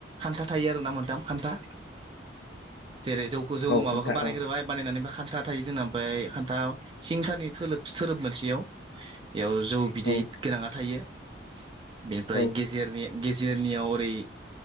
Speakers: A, on the right; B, on the left.
A: था थायो आरो ना मोनथाम खान्था। जेरै जौखौ जौ
B: औ
A: माबाखौ
B: खोन्था
A: बानायग्रोबाय
B: औ
A: बानायनानै खान्था थायो जोंना। ओमफ्राय खान्था सिंथानि धोरोब मोनसेयाव बेयाव जौ बिदै
B: औ
A: गोनाङा थायो। बेनिफ्राय
B: औ
A: गेजेरनि गेज जोंनियाव ओरै